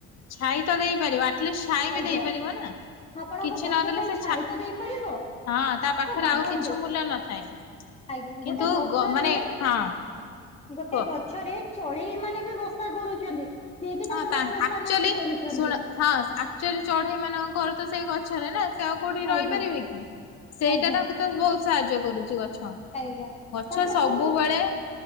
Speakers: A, on the left; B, on the left.
A: ଛାଇ ତ ଦେଇପାରିବ, ଆଟଲିଷ୍ଟ ଛାଇ
B: ଆଜ୍ଞା
A: ବି ଦେଇପାରିବ ନା।
B: ଆପଣଙ୍କୁ
A: କିଛି
B: ବସିବା
A: ନଦେଲେ
B: ପାଇଁ
A: ସେ
B: ଛାଇ ତ ଦେଇପାରିବ।
A: ହଁ ତା ପାଖରେ
B: ତ ଭାବନ୍ତୁ,
A: ଆଉ କିଛି ମୂଲ୍ୟ ନଥାଏ
B: ଆଜ୍ଞା
A: କିନ୍ତୁ
B: ଗୋଟେ ଗ ଛରେ,
A: ମାନେ ହଁ
B: ଗୋଟେ
A: କୁହ
B: ଗଛରେ ଚଢେଇ ମାନେ ବି ବସା କରୁଛନ୍ତି। ସିଏ ବି
A: ହଁ
B: ତାଙ୍କର
A: ତା
B: ବାସସ୍ଥାନ
A: ଆକ୍ଚୁଆଲି
B: ଇଏ କରୁଛନ୍ତି।
A: ଶୁଣ ହଁ, ଆକ୍ଚ୍ୟୁଲି ଚଢେଇ ମାନଙ୍କର ଘର ତ ସେଇ ଗଛରେ ନା ସେ ଆଉ କୋଉଠି ରହିପାରିବେ
B: ଆଜ୍ଞା
A: କି? ସେଇଟା
B: ଆଜ୍ଞା
A: ତାଙ୍କୁ ତ ବହୁତ ସାହାଯ୍ୟ କରୁଛି ଗଛ।
B: ଆଜ୍ଞା
A: ଗଛ
B: ତାପରେ
A: ସବୁବେଳେ
B: ଆଉ ଗୋଟେ